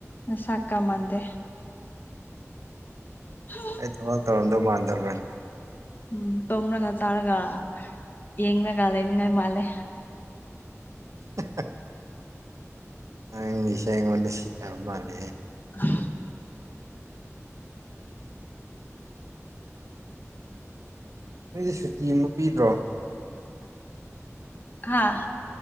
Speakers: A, on the left; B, on the right.
A: ꯁꯀꯥ ꯃꯥꯟꯗ ꯍ
B: ꯑꯩ ꯊꯃ ꯇꯧꯗꯣ ꯃꯥꯟꯗꯕꯔꯥ
A: ꯎꯝ ꯇꯨꯝꯔꯒ ꯆꯥꯔꯒ ꯌꯦꯡꯉꯒ ꯂꯩꯅꯤꯡꯉꯥꯏ ꯃꯥꯜꯂꯦ
B: <unintelligible> ꯑꯪꯒꯤꯁ ꯑꯩꯉꯣꯟꯗ ꯁꯤꯇ ꯃꯥꯅꯦ
A: ꯎ
B: ꯅꯣꯏꯗꯤ ꯁꯨꯇꯤ ꯑꯃ ꯄꯤꯗ꯭ꯔꯣ
A: ꯍꯥꯥ